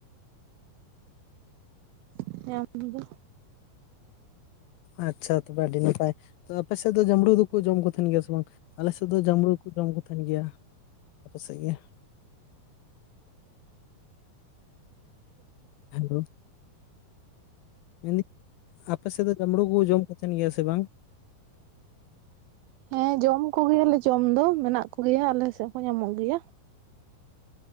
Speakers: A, on the right; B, on the left.
A: <unintelligible> ᱮᱢ ᱫᱚ
B: ᱟᱪᱷᱟ ᱛᱚᱵᱮ ᱟᱹᱰᱤ ᱱᱟᱯᱟᱭ ᱛᱚ ᱟᱯᱮ ᱥᱮᱫ ᱫᱚ ᱡᱟᱸᱢᱲᱩ ᱫᱚ ᱠᱚ ᱡᱚᱢ ᱠᱚ ᱛᱟᱦᱮᱱ ᱜᱮᱭᱟ ᱥᱮ ᱵᱟᱝ ᱟᱞᱮ ᱥᱮᱫ ᱫᱚ ᱡᱟᱸᱲᱩ ᱠᱚ ᱡᱚᱢ ᱠᱚ ᱛᱟᱦᱮᱱ ᱜᱮᱭᱟ ᱟᱯᱮ ᱥᱮᱫ ᱜᱮ ᱦᱮᱞᱳ ᱢᱮᱱᱫᱟᱹᱧ ᱟᱯᱮ ᱥᱮᱫ ᱫᱚ ᱡᱟᱸᱲᱩ ᱠᱚ ᱡᱚᱢ ᱠᱚ ᱛᱟᱦᱮᱱ ᱜᱮᱭᱟ ᱥᱮ ᱵᱟᱝ?
A: ᱦᱮᱸ ᱡᱚᱢ ᱠᱚᱜᱮᱭᱟᱞᱮ ᱡᱚᱢ ᱫᱚ ᱢᱮᱱᱟᱜ ᱠᱚᱜᱮᱭᱟ ᱟᱞᱮ ᱥᱮᱫ ᱦᱚᱸ ᱧᱟᱢᱚᱜ ᱜᱮᱭᱟ